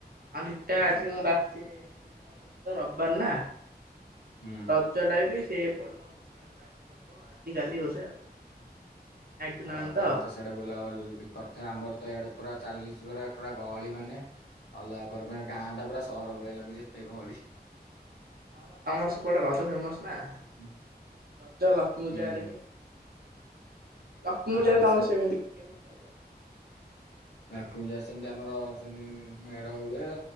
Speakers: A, on the right (about 65°); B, on the left (about 85°).
A: ହଁ ରିଟା ଆଜି କଣ ରାତିରେ <unintelligible> ଆଜିତ ରବିବାରେନା
B: ହୁଁ।
A: ର ଚଳାଇବି ସେ ଏପଟେ କଣ <unintelligible> ଆଜି ହବ ଆଜି କାଲି ବୋଧେ। ନାଇଟ୍ ଟୁର୍ଣ୍ଣାମେଣ୍ଟ
B: ହଁ ତମରତ
A: ତ
B: ସ ସିଆଡ଼େ ବୁଲାବୁଲି କରିଥାଏ ଆମରତ ଏଆଡ଼େ ପୁରା ଚାଲିଶି ପୁର କରା ଗହଳି ମାନେ ଅଲଗା କରି ପାଇଁ ଗାଁଟା ପୁରା ସହର
A: ହଁ
B: ଭଳିଆ ଲାଗୁଚି ଏତେ ଗହଳି।
A: ହଁ ବା ତମର ସେପଟେ ରଜ ଫେମସ୍ ନା
B: ହୁଁ
A: ରଜ ଲକ୍ଷ୍ମୀ ପୂଜା
B: ହୁଁ
A: ହାରିକି। ଲକ୍ଷ୍ମୀ
B: ହଁ
A: ପୂଜାରେ ତମର
B: ସେ
A: ସେମିତି କେମିତି କଣ ଯାଏ।
B: ଲକ୍ଷ୍ମୀପୂଜା ସେମିତି ଆମର ସେମିତି ମେଡ଼ ହୁଏ